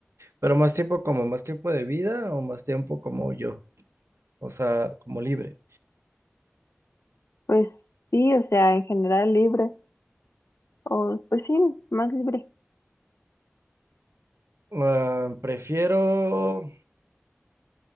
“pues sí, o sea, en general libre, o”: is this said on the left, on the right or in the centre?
Left